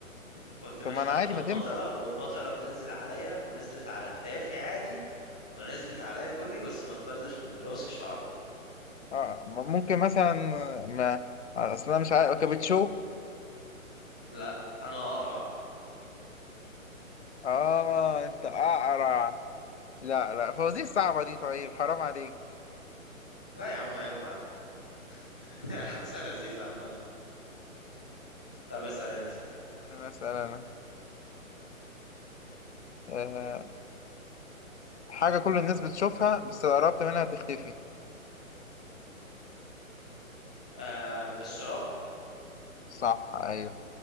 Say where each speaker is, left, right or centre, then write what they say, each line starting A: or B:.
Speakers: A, in the centre; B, on the left.
A: كنت ماشي
B: طب ما أنا
A: تحت
B: عادي
A: المطرة
B: ما تنفع
A: والمطرة بتنزل عليا ونزلت على كتافي عادي ونزلت عليا كلي بس ما تبلش من راسي شعرة
B: أه م- ممكن مثلا ما أصل أنا مش عارف كابتشو
A: لا انا اقرع
B: أه أنت أقرع لا لا فوازير صعبة دي طيب حرام عليك
A: لا يا عم حلو يا عم <laughs> احداثها لذيذه عامه طب اسال انت
B: مثلا أه حاجة كل الناس بتشوفها بس لو قربت منها تختفي
A: أم الشراب
B: صح أيوه